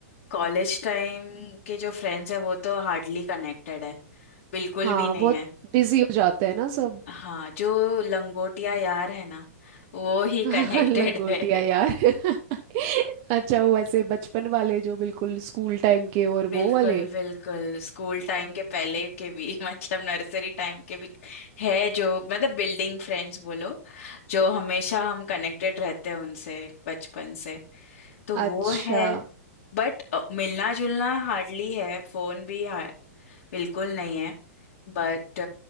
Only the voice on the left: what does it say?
कॉलेज टाइम के जो फ्रेंड्स है वो तो हार्डली कनेक्टेड है बिल्कुल
भी नहीं
है
हाँ जो लंगोटिया यार है ना वो ही
कनेक्टेड
है <laughs>
बिल्कुल
बिल्कुल स्कूल टाइम के पहले के भी <laughs> मतलब नर्सरी टाइम के भी है जो मतलब बिल्डिंग फ्रेंड्स बोलो जो हमेशा हम कनेक्टेड रहते हैं उनसे बचपन से तो वो
है बट मिलना जुलना हार्डली है फोन भी हा- बिल्कुल नहीं है बट